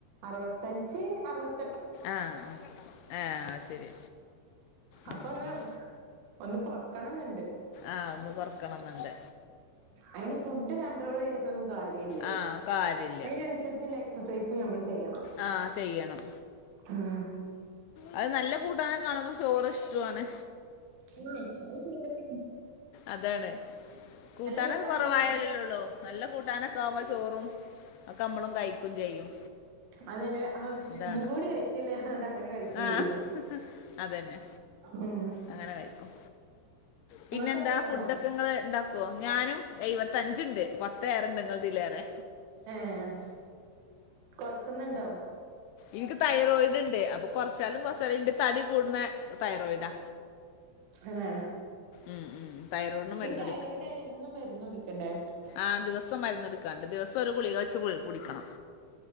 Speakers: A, on the right; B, on the left.
A: അറുവത്തഞ്ച് അറുവ-
B: ആഹ് ആഹ് ഏഹ് അയ് ശരി
A: അപ്പൊ
B: ഉം,
A: ഒന്ന്
B: ഉം.
A: ഒന്ന് കൊറക്കണംന്ന്ണ്ട്
B: ആഹ് ഒന്ന് കൊറക്കണെന്ന്ണ്ട്
A: അയിന് ഫുഡ് കൺട്രോള് ചെയ്ത് ട്ടൊന്നും കാര്യല്ലേ.
B: ആ കാര്യമില്ല
A: അയ്നനുസരിച്ച്ല്ല എക്സസൈസും ഞമ്മള് ചെയ്യണം
B: ആ ചെയ്യണം
A: ഉം
B: അത് നല്ല കൂട്ടാനെ കാണുമ്പൊ ചോറ് ഇഷ്ടു ആണ്
A: തന്നെ അത് ശരി തന്നേണ്
B: അതാണ് കൂട്ടാനൊക്കെ
A: കൂട്ടാനാകുമ്പോ
B: കൊറവായാലല്ലൊള്ളൂ നല്ല കൂട്ടാനൊക്കെ ആവുമ്പൊ ചോറും അഒക്കമ്മളും കഴിക്കും ചെയ്യും
A: അത് തന്നെ ഹാവൂ!
B: അതാണ്
A: ഒന്നും കൂടി കഴിക്കല്ലേറഞ്ഞ്ട്ട് അങ്ങനെ കഴിക്കും
B: ആഹ്
A: ചെയ്യും
B: അതന്നെ
A: ഉം
B: അങ്ങനെ കഴിക്കും.
A: നിങ്ങള്
B: പിന്നെ
A: തടിയൊക്കെ
B: എന്താ ഫുഡൊക്കെങ്ങള്
A: ഉണ്ടോ
B: ഇണ്ടാ ക്കൊ. ഞാനും എയ്‌വത്തഞ്ച്ണ്ട് പത്തേറെണ്ട് ഇങ്ങൾതീലേറെ
A: ഏഹ് കൊറക്കുന്ന്ണ്ടോ?
B: ഇൻക്ക് തൈറോയിഡ്ണ്ട്. അപ്പൊ കൊറച്ചാലും കൊറച്ചാലും ഇന്റെ തടി കൂട്ണ തൈറോയിഡാ
A: തന്നെ
B: ഉം ഉം തൈറോയിഡിന് മരുന്ന്
A: ഈ തൈറോയിഡായ എന്നും മരുന്നുടിക്കണ്ടേ?
B: ആഹ് ദിവസം മരുന്ന് കുടിക്കാണ്ട് ദിവസം ഒരു ഗുളിക വെച്ച് കുടിക്കണം